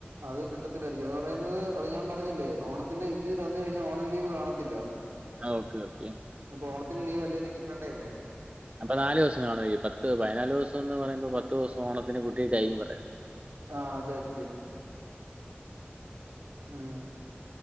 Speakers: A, on the right; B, on the right.
A: അത് കിട്ടത്തിലായിരിക്കും അത് പറയുന്നത് അവിടെ ഞാൻ പറഞ്ഞില്ലേ ഓണത്തിന്റെ ലീവ് തന്നു കഴിഞ്ഞാ ഓണം ലീവ് കാണത്തില്ല.
B: ആഹ് ഓക്കെ ഓക്കെ
A: അപ്പോ ഓത്തിന് ലീവ് അലെങ്കിലും കിട്ടണ്ടേതല്ലേ.
B: അപ്പൊ നാല് ദിവസം കാണും. ഈ പത്ത് പതിനാല് ദിവസം എന്ന് പറയുമ്പോ പത്ത് ദിവസം ഓണത്തിന് കുട്ടിയിട്ടാണു പറയുന്നത്.
A: ആഹ് അതായിരിക്കും. ഉം